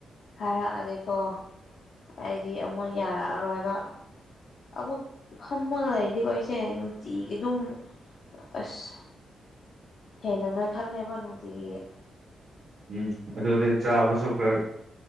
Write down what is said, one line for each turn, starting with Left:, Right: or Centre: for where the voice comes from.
Left: ꯍꯥꯏꯔꯛꯑꯗꯤꯀꯣ ꯑꯩꯗꯤ ꯑꯃꯨꯛ ꯌꯥꯔꯛꯑꯔꯣꯏꯕ ꯑꯃꯨꯛ ꯐꯝꯃꯒ ꯂꯩꯔꯗꯤ ꯑꯩꯁꯦ ꯅꯨꯡꯇꯤꯒꯤ ꯑꯗꯨꯝ ꯑꯁ ꯍꯦꯟꯅ ꯅꯣꯏꯈꯠꯂꯦꯕ ꯅꯨꯡꯇꯤꯒꯤ
Right: ꯎꯝ ꯑꯗꯨꯗꯤ ꯆꯥꯕꯁꯨ ꯈꯔ